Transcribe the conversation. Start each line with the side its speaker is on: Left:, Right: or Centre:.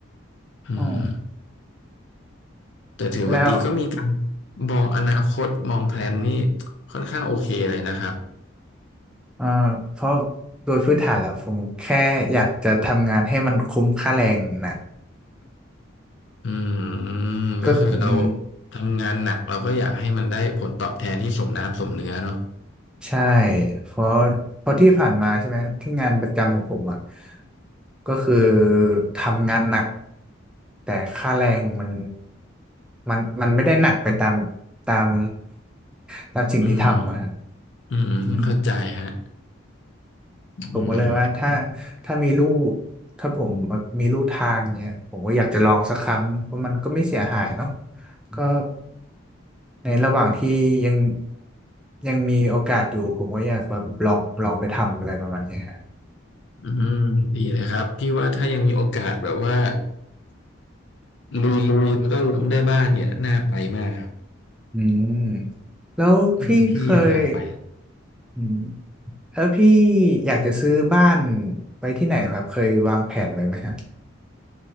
Left: อืม
Centre: อ๋อ
Left: แต่ถือว่าตีก็มีการ
Centre: แล้ว
Left: มองอนาคตมองแพลนนี่ค่อนข้างโอเคเลยนะครับ
Centre: เอ่อเพราะโดยพื้นฐานแล้วผมแค่อยากจะทำงานให้มันคุ้มค่าแรงนะ
Left: อืม
Centre: ก็อืม
Left: ก็คือเราทำงานหนักเราก็อยากให้มันได้ผลตอบแทนที่สมน้ำสมเนื้อเนาะ
Centre: ใช่ เพราะเพราะที่ผ่านมาใช่ไหมที่งานประจำของผมอ่ะก็คือทำงานหนัก แต่ค่าแรงมันมันมันไม่ได้หนักไปตาม ตาม <laughs> ตามสิ่งที่ทำอ่ะฮะ
Left: อืมอืมเข้าใจฮะ
Centre: อืม
Left: อื
Centre: ผมก็เลยว่าถ้า
Left: ม
Centre: ถ้ามีลู่ถ้าผมมีลู่ทางเนี่ยผมก็อยากจะลองสักครั้ง เพราะมันก็ไม่เสียหายเนาะก็ในระหว่างที่ยัง ยังมีโอกาสอยู่ ผมก็อยากแบบลองลองไปทำอะไรประมาณนี้ครับ
Left: อืมดีเลยครับพี่ว่าถ้ายังมีโอกาสแบบว่าลุยๆแล้วก็ล้มได้บ้างเนี่ยน่าไปมากครับ
Centre: อืมแล้วพี่เคย
Left: อืมพี่ยังอยากไป
Centre: อืมแล้วพี่อยากจะซื้อบ้านไปที่ไหนครับเคยวางแผนไว้ไหมฮะ